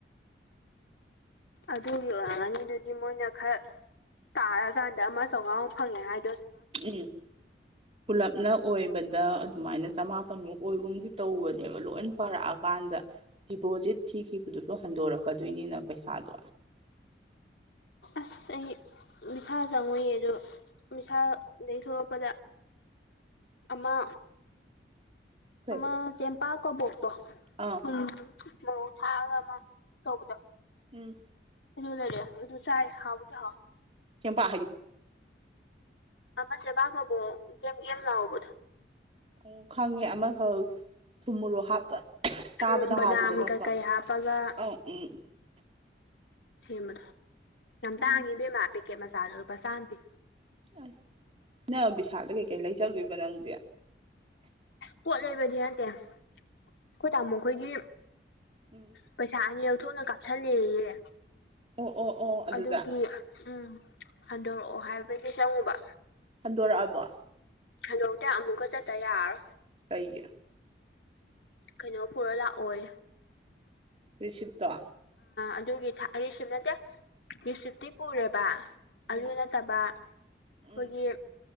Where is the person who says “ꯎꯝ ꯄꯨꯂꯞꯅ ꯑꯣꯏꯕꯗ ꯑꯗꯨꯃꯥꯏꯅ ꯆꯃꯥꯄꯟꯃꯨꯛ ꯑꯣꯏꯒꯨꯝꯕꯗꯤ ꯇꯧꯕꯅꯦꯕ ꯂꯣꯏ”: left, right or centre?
Right